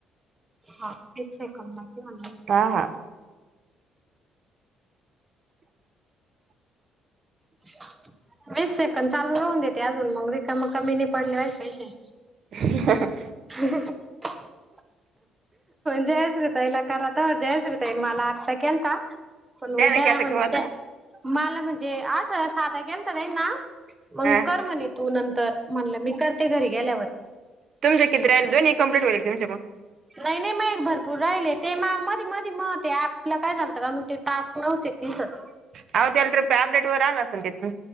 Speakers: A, on the right; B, on the right.
A: हा तेच मी करणार की म्हणलं.
B: हा. <inaudible>
A: <inaudible> वीस सेकंद, चालू राहून देते अजून मग रिकाम कमी नाय पडले पाहिजे पैशे.
B: <unintelligible>
A: <unintelligible> जयश्री ताईला कराता जयश्री ताईन मला आत्ता केलता. पण
B: नाही
A: त्या
B: केलता
A: म्हणत्या
B: तुम्हाला
A: मला म्हणजे अस साधा गेलता त्यांना मग
B: हा.
A: कर म्हणे. तू नंतर म्हणलं मी करते घरी गेल्यावर.
B: तुमं किती राहील दोन्ही कम्पलेट होईले का तुमचे म?
A: नाय नाय मये एक भरपूर राहिले ते माय मधी मधी म ते अँपला काय झालतं का ते म टास्क नव्हते दिसत.
B: आव त्याला अपडेट वर आला आसन.